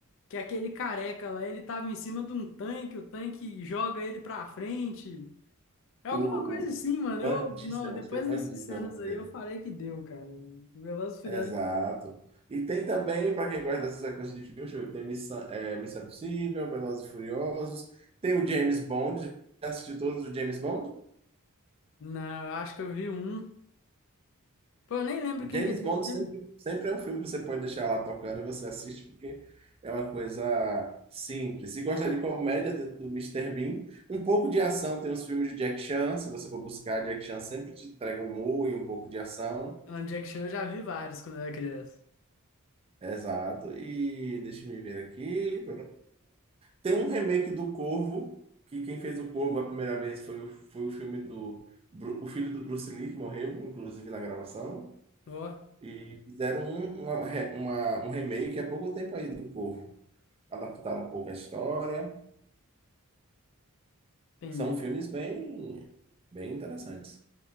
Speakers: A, on the left (about 60°); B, on the right (about 25°).
A: que aquele careca lá, ele tava em cima de um tanque, o tanque joga ele pra frente. É alguma
B: O,
A: coisa
B: o
A: assim, mano.
B: Van
A: Eu,
B: Diesel,
A: não, depois
B: acho que é Van
A: dessas
B: Diesel
A: cenas
B: o nome dele.
A: aí eu falei que deu, cara. O Velozes e Furiosos.
B: Exato. E tem também, para quem gosta dessa sequência de filmes, deixa eu ver, tem Missão, é, Missão Impossível, Velozes e Furiosos, tem o James Bond. Já assistiu todos os James Bond?
A: Não, eu acho que eu vi um. Pô, eu nem lembro quem
B: James
A: que é Jack
B: Bond
A: Chan.
B: sempre, sempre é um filme que você pode deixar lá tocando e você assiste, porque é uma coisa simples. Se gosta de comédia, tem do Mister Bean. Um pouco de ação, tem os filmes de Jack Chan. Se você for buscar, Jack Chan sempre te entrega um humor e um pouco de ação.
A: Não, Jack Chan eu já vi vários quando eu era criança.
B: Exato. E deixa eu me ver aqui. Tem um remake do Corvo, que quem fez o Corvo a primeira vez foi, o- foi o filme do Bru- o filho do Bruce Lee, que morreu, inclusive, na gravação.
A: Ó,
B: E fizeram um, uma re- uma- um remake há pouco tempo aí do Corvo. Adaptaram um pouco a história.
A: entendi.
B: São filmes bem, bem interessantes.